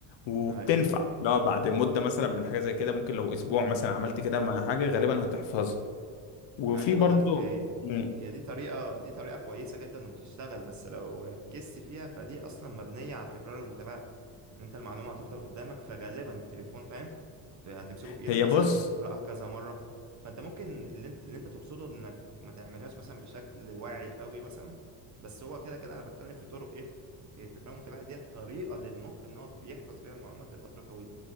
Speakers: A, on the left; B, on the right.
A: وبتنفع
B: أي.
A: لو بعد مده مثلا من حاجه زي كده ممكن لو اسبوع مثلا عملت كده مع حاجه غالبا هتحفظها وفي
B: انا عايز اقول
A: برضو
B: لك آه،
A: مم.
B: هي دي طريقة دي طريقة كويسة جدا وبتشتغل بس لو ركزت فيها فدي اصلا مبنية على التكرار المتابعة ان انت المعلومة هتفضل قدامك فغالبا التليفون فاهم هتمسكه في ايدك
A: هي
B: مثلا
A: بص
B: هتقرأها كذا مرة فانت ممكن اللي انت, اللي انت تقصده انك ما تعملهاش مثلا بشكل واعي قوي مثلا بس هو كده كده انا بتكلم في طرق ايه إيه، التكرار المتابعة دي طريقة للمخ ان هو بيحفظ بيها المعلومات لفترة طويلة